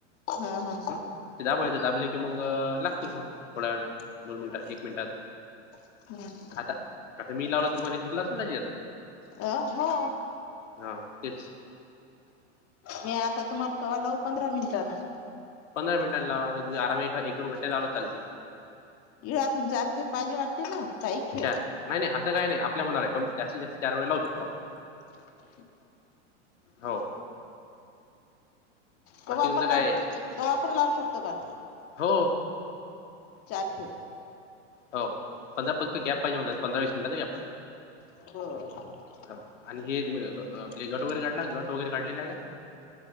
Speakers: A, on the left; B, on the left.
A: हा हा.
B: म, ते दाबायच, दाबले की मग लागते फोन थोड्या वेळानं, दोन मिनट एक मिनिटान.
A: बर.
B: आता, आता मी लावला तुमानी दिसला असेल ना तिझ्यात.
A: अ, हो.
B: हा तेच
A: मी आता तुम्हाला कवा लावू पंधरा मिनिटांन.
B: पंधरा मिनटां लावा आता मी आराम एक दोन घंट्यान लावल तर चालती
A: ये आपण चारखेप पाहिज वाटते ना. का एक खेप
B: चार, नाही- नाही असं काय नाही आपल्या मनावर हाय कम, जास्तीत जास्त चार वेळेला लावू शकतो आपण.
A: <unintelligible>
B: हो
A: कव्हा
B: बाकी
A: आपण
B: तुमचं काय
A: लाव,
B: आहे?
A: कवा आपण लावू शकतो का.
B: हो.
A: चार खेळ.
B: हो, पंधरा फक्त गॅप पाहिजे मनतात, पंधरा वीस मिनटच गॅप हाय.
A: बर.
B: हो आणि हे आपले गट वगैरे काढला गट वगैरे काढलेलय का?